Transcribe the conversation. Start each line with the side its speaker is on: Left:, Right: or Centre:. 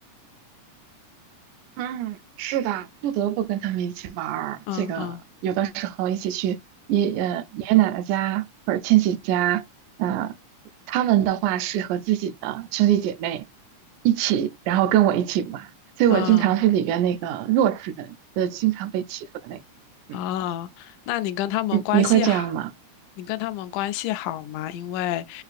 Right: 嗯，是的，不得不跟他们一起玩儿。
Left: 嗯嗯
Right: 这个有的时候一起去爷呃爷爷奶奶家或者亲戚家，呃，他们的话是和自己的兄弟姐妹一起，然后跟我一起玩，所以我经常是里边那个弱势的，
Left: 嗯
Right: 呃，经常被欺负的那个。
Left: 啊，
Right: 嗯，
Left: 那你跟他们关系好，
Right: 你你会这样吗？
Left: 你跟他们关系好吗？因为